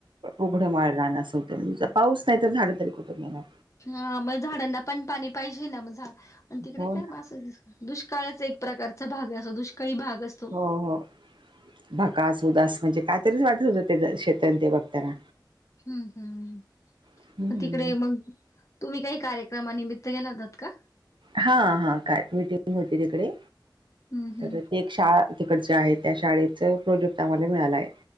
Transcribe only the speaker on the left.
हा मग झाडांना पण पाणी पाहिजे ना मग झाड पण तिकडे
काय
मास दुष्काळच एक प्रकारचा भाग असतो दुष्काळी भाग असतो.
हम्म हम्म हम्म
पण तिकडे मग तुम्ही काही कार्यक्रमा निमित्त गेला होतात का?
हं हं.